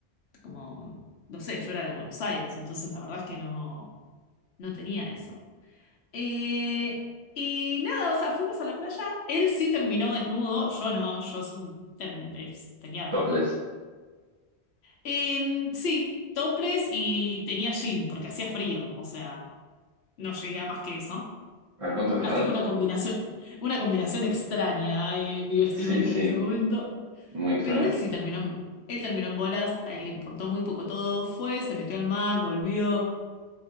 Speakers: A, on the left; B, on the right.
A: Como, no sé, yo era de Buenos Aires, entonces la verdad es que no, no tenía eso. Eh, y nada, o sea, fuimos a la playa, él sí terminó desnudo, yo no, yo s- ter- es- tenía ropa.
B: topless.
A: Em, sí, topless y tenía jean porque hacía frío, o sea, no llegué a más que eso.
B: ¿A cuántos grados?
A: Así que una combinación, una combinación extraña, eh, mi vestimenta
B: Sí, sí,
A: en ese momento.
B: muy extraño.
A: Pero él sí terminó, en- él terminó en bolas, a él le importó muy poco todo, fue, se metió al mar, volvió